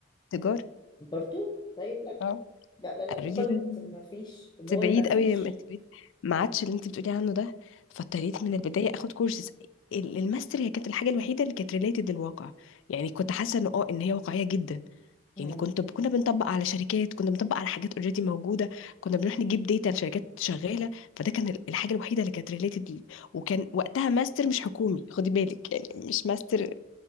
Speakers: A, on the left (about 70°); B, on the left (about 20°).
A: تجارة
B: برضو طيب لا
A: اه
B: لا لا لا
A: قالوا
B: ده قمه
A: لي لا،
B: ما فيش اللي
A: انت
B: هو اللي
A: بعيد
B: ما فيش
A: قوي ما انت بعيد ما عادش اللي انت بتقولي عنه ده فاضطريت من البدايه اخد كورسز الماستر هي كانت الحاجه الوحيده اللي كانت ريليتد للواقع يعني كنت حاسه ان اه ان هي واقعيه جدا
B: امم
A: يعني كنت كنا بنطبق على شركات كنا بنطبق على حاجات اوريدي موجوده كنا بنروح نجيب داتا لشركات شغاله فده كان ال- الحاجه الوحيده اللي كانت ريليتد لي وكان وقتها ماستر مش حكومي خدي بالك يعني مش ماستر